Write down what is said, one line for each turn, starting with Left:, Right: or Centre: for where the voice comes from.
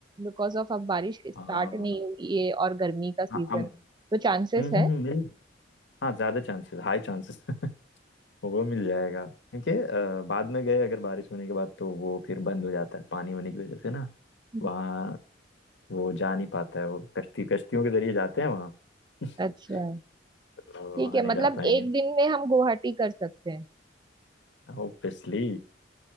Right: बिकॉज ऑफ अब बारिश स्टार्ट
Left: आ,
Right: नहीं हुई है और गर्मी का सीजन
Left: हाँ हम-
Right: है तो चांसेस
Left: हम्म
Right: है
Left: हम्म हम्म, मेरी- हाँ ज्यादा चांसेस हाई चांसेस <laughs> वो मिल जाएगा क्योंकि अ, बाद में गए अगर बारिश होने के बाद तो वो फिर बंद हो जाता है पानी होने की वजह से ना
Right: हम्म।
Left: वहाँ वो जा नहीं पाता है वो कश्ती कश्तियों के जरिए जाते हैं वहाँ <laughs>
Right: अच्छा
Left: तो
Right: ठीक
Left: वहाँ
Right: है
Left: नहीं
Right: मतलब
Left: जा पाएंगे
Right: एक दिन में हम गुवाहाटी कर सकते हैं
Left: ऑब्वियसली